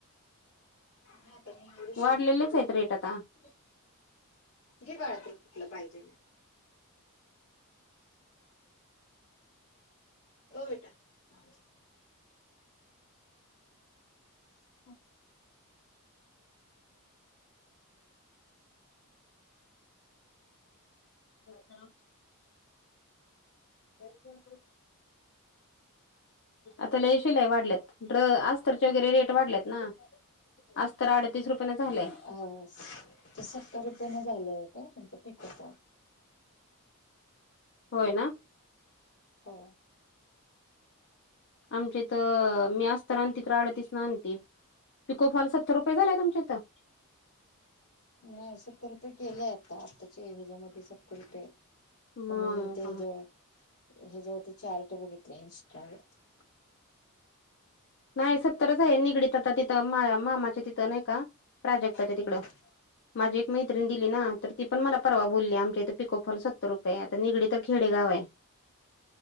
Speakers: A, on the left; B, on the left.
A: ह तरी
B: वाढलेलेच
A: त
B: आहेत रेट
A: नाहीे
B: आता.
A: काळत तुलं पाहिजे होटा हांज
B: हम् हॅलो तेच्या आता ल शिलाई वाढल्यात आ्तरचे वगैरे रेट वाढल्यात ना आज तर अडतीस रुपयाें झालंय
A: अ ते सत्तर रुपये न झालंय का तुमचं पिकअप
B: होय ना
A: हो
B: आमच्या तर मी आस्त आणते तर आडतीस ना आणते पिकोफल सत्र रुपय झा आहे तमच्या इथं
A: नाही सत्तर रुपये केलेय आता आत्ताच्या एमजामध्येध्ये सत्तर रुपये आहेत
B: मग
A: तुम्ही ते ह जे ह जेवरती चार्ट बघितले इंस्टा वरती.
B: नाही सत्तरच आहे निगडीत आता तिथं मा मामाच्या तिथं नाही का प्राजक्ताच्या तिकडं.
A: हम्म
B: माझी एक मैत्रिणी दिली ना तर ती पण मला परवा बोलली आमच्या इथं पिकोफल सतरु आता निगडी तर खेडे गाव आहे.